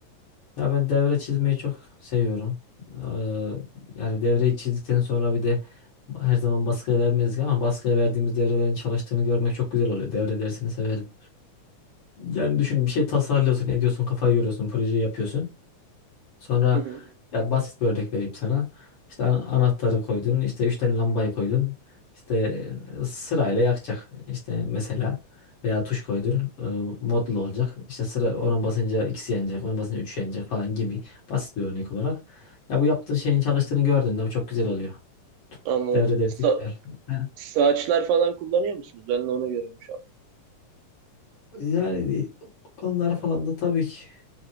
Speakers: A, on the left (about 50°); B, on the right (about 80°).
A: Ya ben devre çizmeyi çok seviyorum. Eee, yani devreyi çizdikten sonra bir de her zaman baskıya vermedik ama baskıya verdiğimiz devrelerin çalıştığını görmek çok güzel oluyor. Devre dersini severim. Yani düşün bir şey tasarlıyorsun, ediyorsun, kafayı yoruyorsun, projeyi yapıyorsun. Sonra
B: Hı hı.
A: ya basit bir örnek vereyim sana. İşte an- anahtarı koydun, işte üç tane lambayı koydun. İşte e, sırayla yakacak. İşte mesela veya tuş koydun, e, modlu olacak. İşte sıra ona basınca ikisi yanacak, ona basınca üç yanacak falan gibi basit bir örnek olarak. Ya bu yaptığın şeyin çalıştığını gördün de bu çok güzel oluyor.
B: Anladım.
A: Devre dersi
B: Sa
A: güzel. Ha.
B: saçlar falan kullanıyor musunuz? Ben de onu görüyorum şu an.
A: Yani e, konular falan da tabii ki